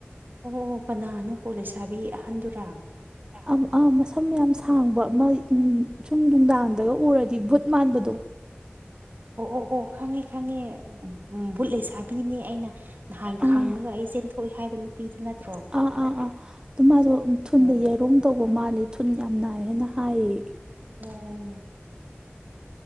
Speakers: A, on the right; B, on the right.
A: ꯑꯣꯍ ꯍꯣ ꯀꯅꯥꯅꯣꯀꯣ ꯂꯩꯁꯥꯕꯤ ꯑꯍꯟꯗꯨꯔꯥ
B: ꯑꯝ ꯑꯥ ꯃꯁꯝ ꯌꯥꯝ ꯁꯥꯡꯕ ꯑꯃ ꯁꯨꯝ ꯅꯨꯡꯗꯥꯡꯗꯒ ꯎꯔꯗꯤ ꯚꯕꯨꯠ ꯃꯥꯟꯕꯗꯣ
A: <inaudible> ꯑꯣ ꯑꯣ ꯈꯪꯉꯦ ꯈꯪꯉꯦ ꯕꯨꯠ ꯂꯩꯁꯥꯕꯤꯅꯦ ꯑꯩꯅ ꯅꯍꯥꯟ
B: ꯑꯥ
A: ꯈꯪꯉꯒ ꯑꯩ ꯆꯦꯟꯊꯣꯛꯏ ꯍꯥꯏꯕ ꯅꯨꯄꯤꯗꯨ ꯅꯠꯇ꯭ꯔꯣ
B: ꯑꯥ ꯑꯥ ꯑꯥ ꯑꯗꯨ ꯃꯥꯗꯣ ꯊꯨꯟꯗ
A: ꯎꯝ
B: ꯌꯥꯏꯔꯣꯡ ꯇꯧꯕ ꯃꯥꯜꯜꯂꯤꯦ ꯊꯨꯟ ꯌꯥꯝ ꯅꯥꯏ ꯍꯥꯏꯅ ꯍꯥꯏꯌꯦ
A: ꯑꯣ